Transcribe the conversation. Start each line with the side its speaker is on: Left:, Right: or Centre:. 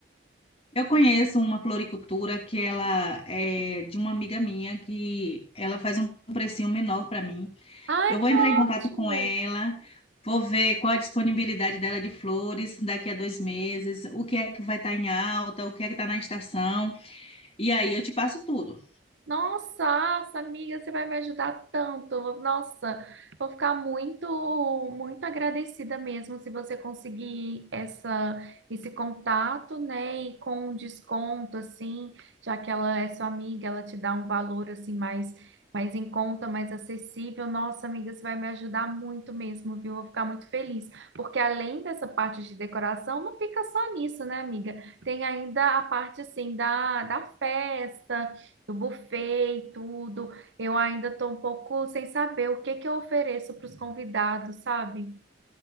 Left: Eu conheço uma floricultura que ela é de uma amiga minha, que ela faz um precinho menor para mim.
Right: Ai,
Left: Eu vou
Right: que
Left: entrar
Right: ótimo!
Left: em contato com ela, vou ver qual a disponibilidade dela de flores daqui a dois meses, o que é que vai estar em alta, o que é que está na estação, e aí eu te passo tudo.
Right: Nossa, nossa, amiga, você vai me ajudar tanto. Nossa, vou ficar muito, muito agradecida mesmo se você conseguir essa, esse contato, né? E com um desconto, assim, já que ela é sua amiga, ela te dá um valor, assim, mais, mais em conta, mais acessível. Nossa, amiga, você vai me ajudar muito mesmo, viu? Vou ficar muito feliz. Porque além dessa parte de decoração, não fica só nisso, né, amiga? Tem ainda a parte, assim, da, da festa do buffet e tudo. Eu ainda estou um pouco sem saber o que que eu ofereço para os convidados, sabe?